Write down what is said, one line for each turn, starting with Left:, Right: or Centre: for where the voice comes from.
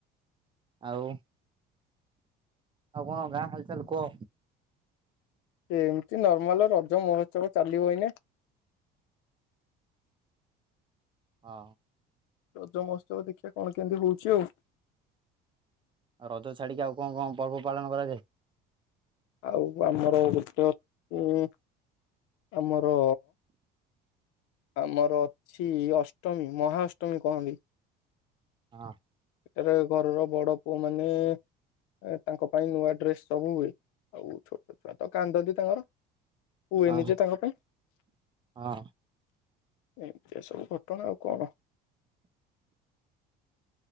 Right: ଆଉ ଆଉ କ ଗାଁ ହାଲଚାଲ୍ କୁହ
Left: ଏମତି ନର୍ମାଲ ରଜ ମହୋତ୍ସବ ଚାଲିବଇନା
Right: ହଁ
Left: ରଜମସ୍ତକ ଦେଖିବା କଣ କେମିତି ହଉଛି ଆଉ
Right: ହଁଉ ରଜ ଛାଡିକି ଆଉ କଣ କଣ ପର୍ବ ପାଳନ କରାଯାଏ?
Left: ଆଉ ଆମର ଗୋଟେ ଅଛି ଆମର ଆମର ଅଛି ଅଷ୍ଟମୀ ମହାଷ୍ଟମୀ କହନ୍ତି
Right: ହଁ
Left: ଏଠାରେ ଘରର ବଡ ପୁଅ ମାନେ ଏ ତାଙ୍କ ପାଇଁ ନୂଆ ଡ୍ରେସ ସବୁ ହୁଏ ଆଉ ଛୋଟ ଛୁଆ ତ କାନ୍ଦନ୍ତି ତାଙ୍କର ହୁଏ
Right: ହଁ
Left: ନିଜେ ତାଙ୍କ ପାଇଁ
Right: ହଁ
Left: ଏମିତି ଏ ସବୁ ଘଟଣା ଆଉ କଣ